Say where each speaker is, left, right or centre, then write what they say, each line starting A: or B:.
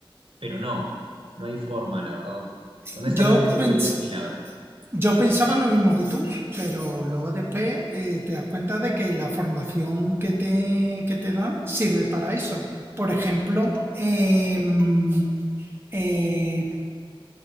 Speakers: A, on the right; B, on the right.
A: pero no, no hay forma, la verdad. Honestamente,
B: Yo
A: lo
B: pens
A: tuyo fue un milagro.
B: Yo pensaba lo mismo que tú, pero luego después eh, te das cuenta de que la formación que te, que te dan sirve para eso. Por ejemplo, em, eh,